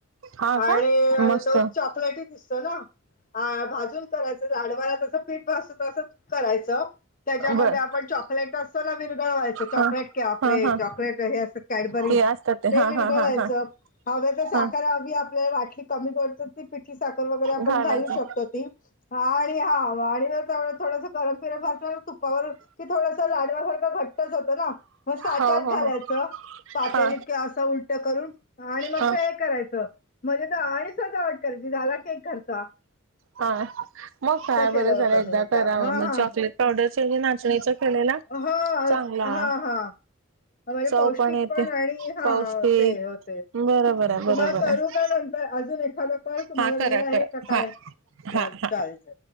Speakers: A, on the right; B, on the left.
A: हा
B: आणि
A: का मस्त
B: तो चॉकलेटही दिसतो ना हा भाजून करायचं जाडवाला तसं पीठ भाजतो तसंच करायचं. त्याच्यामध्ये
A: बर
B: आपण चॉकलेट असतो ना विरगळवायचं चॉकलेट
A: हा
B: के आपले
A: हा हा
B: चॉकलेट हे असं कॅडबरीज
A: ते असतात
B: ते
A: हा
B: विरगळायचं
A: हा हा हा
B: हव्या ते साखर
A: हा
B: हवी आपल्याला वाटली कमी करत ती पिठी साखर वगरे आपण
A: घालायचे
B: घालू शकतो ती हा आणि हा. <unintelligible> थोडसा गरम फिरम तुपावर की थोडा लाडवासारखं घट्टच होतं ना मग साच्यात
A: हो हो
B: घालायचं
A: हो
B: पातेली
A: हा
B: किंवा असं उलट करून आणि मग
A: हा
B: ते हे करायचं म्हणजे तर आणि सजावट करायची झाला की एक खर्चा.
A: हा मग काय
B: केलं
A: बरं
B: होतं
A: झालं एकदा
B: मी
A: करावं
B: हां
A: मग
B: हां
A: चॉकलेट पावडरचा हे नाचणीचा केलेला?
B: हा हा
A: चांगला
B: हा.
A: चव
B: पौष्टिक
A: येते
B: पण आणि हा
A: पौष्टिक
B: होते होते
A: बरोबर आहे
B: तुम्हाला
A: बरोबर
B: करू
A: आहे
B: का नंतर अजून एखादा कॉल तुम्हाला
A: हा करा
B: वेळ आहे
A: करा
B: का काय
A: हा
B: चाल
A: हा हा
B: चालेल.